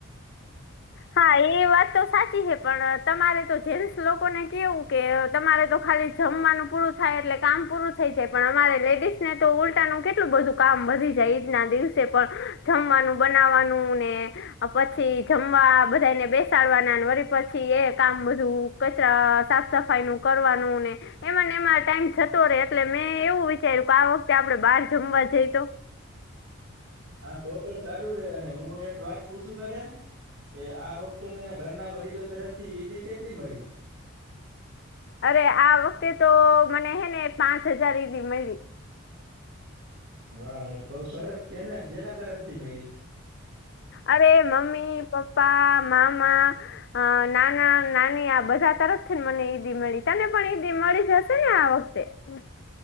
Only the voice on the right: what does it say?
હા તો પણ સારું છે અને હું એક વાત પૂછું તને એ આ વખતે તને ઘરના વડીલો તરફથી ઈધ કેટલી મળી
વાહ એક બઉ સરસ છેને જેના તરફથી મેળ